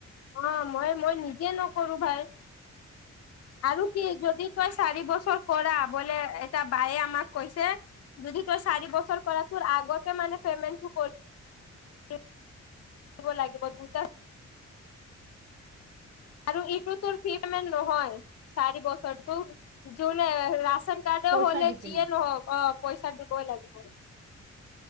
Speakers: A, on the left; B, on the right.
A: অ মই মই নিজে নকৰো ভাই, আৰু কি যদি? তই চাৰি বছৰ কৰা বোলে এটা বায়ে আমাক কৈছে- যদি তোৰ চাৰি বছৰ কৰা তোৰ আগতে মানে পেমেণ্ট কৰি- ৰিব লাগিব দুটা- আৰু ইটো তোৰ ফিটমেন নহয় চাৰি বছৰটো যোনে ৰাচে-
B: পইচা
A: হ'লে
B: দি পিনে
A: যিয়ে নহওক অ পইচা দিবই লাগিব